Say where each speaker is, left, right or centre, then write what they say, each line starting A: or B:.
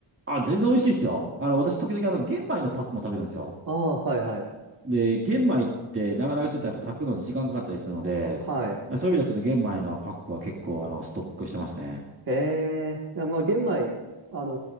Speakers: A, on the right (about 25°); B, on the right (about 40°).
A: あ、全然美味しいですよ。あの、私、時々、あの、玄米のパックも食べるんですよ。
B: ああ、はい、はい。
A: で、玄米って、なかなかちょっとやっぱ炊くのに時間かかったりするので、
B: はい。
A: そういう意味ではちょっと玄米のパックは結構、あの、ストックしてますね。
B: へえ、あ、まあ玄米、あの